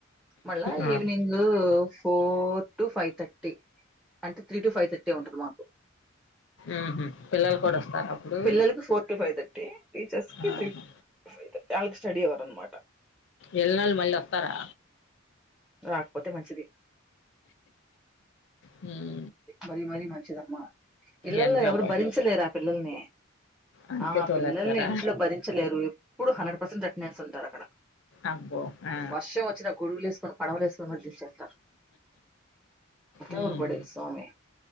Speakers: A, in the centre; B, on the left.
A: మళ్ళా
B: ఆ,
A: evening four to five thirty అంటె త్రీ టు ఫైవ్థర్టీ ఉంటది మాకు
B: ఊహు పిల్లలు కూడా వస్తారు అప్పుడు
A: పిల్లలకు four to five thirty teachers కి
B: ఆహా.
A: త్రీ ఫైవ్ థర్టీ యాల్కు స్టడీహౌర్ అన్నమాట
B: ఎల్లినోలు మళ్ళీ వస్తారా
A: రాకపోతే మంచిది
B: హ
A: మరి మరి మంచిదమ్మ పిల్లల్ని
B: ఎండలో
A: ఎవరు
B: పడి
A: భరించలేరు ఆ పిల్లల్ని,
B: అందుకే
A: ఆ
B: తోలేస్తారా
A: పిల్లల్ని ఇంట్లో భరించలేరు ఎప్పుడు హండ్రెడ్ పర్సెంట్ నేస్ ఉంటారు అక్కడ
B: అబ్బో ఆ.
A: వర్షం వచ్చినా గొడుగులు వేసుకుని పడవలేసు <unintelligible>
B: హ్మ్
A: ఎవరు పడేది స్వామి